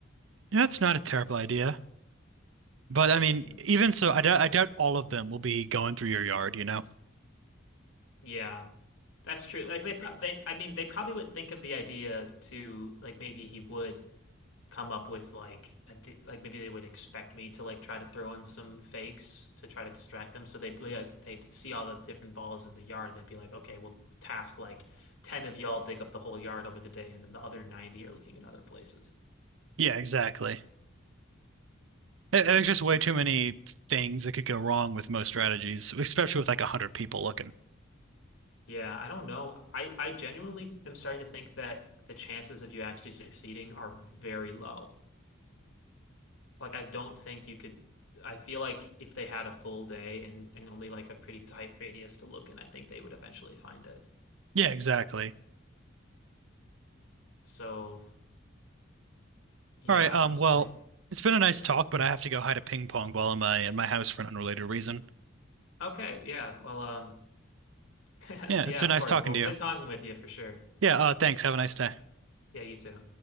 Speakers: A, on the right; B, on the left.
A: Yeah, That's not a terrible idea. But
B: So
A: I
B: like,
A: mean,
B: you-
A: even so, I doubt, I doubt all of them will be going through your yard, you know?
B: yeah, that's true. Like they pro they I mean they probably would think of the idea to like maybe he would come up with like a di- like maybe they would expect me to like try to throw in some fakes to try to distract them. So they'd like they'd see all the different balls in the yard. They'd be like, okay, we'll task like 10 of y'all dig up the whole yard over the day, and then the other 90 are looking in other places.
A: Yeah, exactly. There- There's just way too many things that could go wrong with most strategies, especially with like a hundred people looking.
B: Yeah, I don't know. I I genuinely am starting to think that the chances of you actually succeeding are very low. Like I don't think you could I feel like if they had a full day and and only like a pretty tight radius to look in, I think they would eventually find it.
A: Yeah, exactly.
B: So, yeah,
A: All right.
B: I'm
A: Um.
B: just
A: Well,
B: like,
A: it's been a nice talk, but I have to go hide a ping pong ball in my in my house for an unrelated reason.
B: okay, yeah. Well, um <laughs>
A: Yeah,
B: yeah,
A: it's been
B: of
A: nice
B: course.
A: talking
B: Well,
A: to
B: good
A: you.
B: talking with you for sure.
A: Yeah. Uh. Thanks. Have a nice day.
B: Yeah, you too.